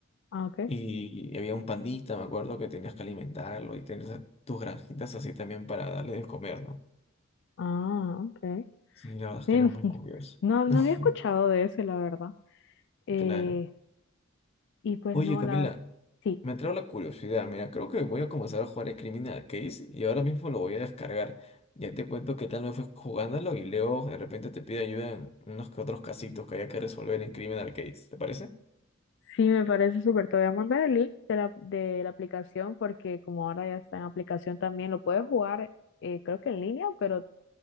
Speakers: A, on the left; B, on the left.
A: Ah, ok.
B: Y había un pandita, me acuerdo, que tenías que alimentarlo y tener esa- tus granjitas así también para darle de comer, ¿no?
A: Ah, ok.
B: Sí, la verdad es
A: Sí,
B: que
A: <laughs>
B: era muy curioso.
A: no,
B: <laughs>
A: no había escuchado de ese, la verdad. Eh,
B: Claro.
A: y pues
B: Oye,
A: no,
B: Camila,
A: la verdad. Sí.
B: Me entró la curiosidad, mira, creo que voy a comenzar a jugar el Criminal Case y ahora mismo lo voy a descargar. Ya te cuento qué tal me fue jugándolo y luego de repente te pido ayuda en unos que otros casitos que haya que resolver en Criminal Case, ¿te parece?
A: Sí, me parece súper. Te voy a mandar el link de la, de la aplicación porque como ahora ya está en aplicación también, lo puedes jugar eh, creo que en línea, pero, o